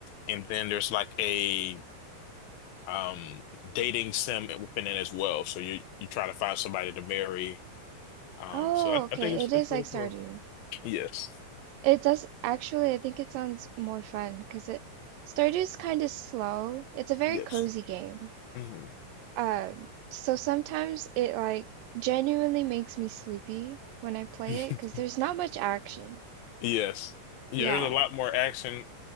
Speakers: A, on the left; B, on the right.
A: And then there's like a um dating sim within it as well. So you you try to find somebody to marry. Um,
B: Oh,
A: so I,
B: okay.
A: I think it's
B: It is
A: it's pretty
B: like Stardew.
A: cool. Yes.
B: It does actually, I think it sounds more fun because it Stardew's kind of slow. It's a very
A: Yes.
B: cozy game.
A: hmm
B: Um, so sometimes it like genuinely makes me sleepy when I play
A: <laughs>
B: it because there's not much action.
A: Yes. Yeah,
B: Yeah.
A: there's a lot more action.